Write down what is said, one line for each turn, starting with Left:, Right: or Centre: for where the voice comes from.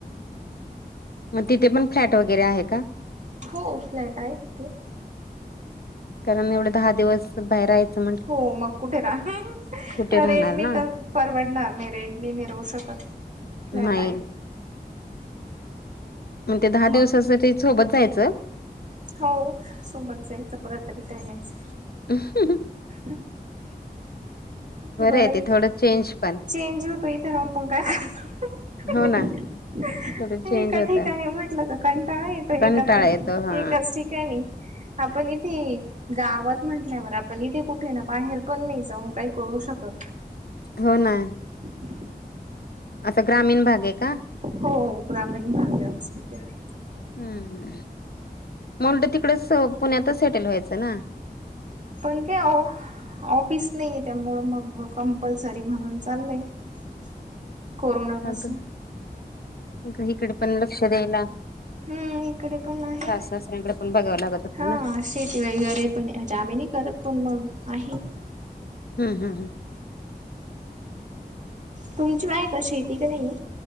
Left: म तिथे पण फ्लॅट वगैरे आहे का?
Right: हो फ्लॅट आहे तिथे
Left: कारण एवढं दहा दिवस बाहेर यायचं.
Right: हो मग कुठे राहणार
Left: कुठे राहणार
Right: रेंटनी
Left: ना
Right: तर परवडणार नाही रेंटनी मी राहू शकत नाही नाय
Left: नाही
Right: ताई
Left: म ते दहा
Right: मग
Left: दिवसासाठी सोबत जायचं
Right: हो सोबत जायचं परत रिटन यायचं.
Left: <unintelligible>
Right: ह <unintelligible> बरं
Left: आहे
Right: हे
Left: ते थोडं चेंज पण
Right: चेंज होतो इथ राहुन पण काय करणार
Left: हो ना थोडं चेंज
Right: एका
Left: होतं
Right: ठिकाणी म्हटलं तर कंटाळा येतो
Left: कंटाळा
Right: एकाच एक
Left: येतो हा
Right: एकाच ठिकाणी आपण इथे ये गावात म्हटल्यावर आपण इथे कुठे ना बाहेर पण नाही जाऊन काही करू शकत
Left: हो ना
Right: ह <unintelligible>
Left: अस ग्रामीण भाग आहे का?
Right: हो ग्रामीण भाग आहे आमचं इकडे
Left: हम्म हम्म म उलट तिकडच पुण्यातच सेटेल व्हायचं ना
Right: पण काय ओ ऑफिस नाही ये त्यामुळं मग कंपल्सरी म्हणून चाललंय <unintelligible> पासून
Left: हा तर इकडे पण लक्ष द्यायला
Right: हम्म इकडे पण आहे
Left: सास सासऱ्यांकडे पण बघावं लागत असेल
Right: हा
Left: ना
Right: शेती वगैरे पण ह्याची आम्ही नाय करत पण मग आहे
Left: हम् हम् हं
Right: तुमची हाय का शेती क नाहीे ये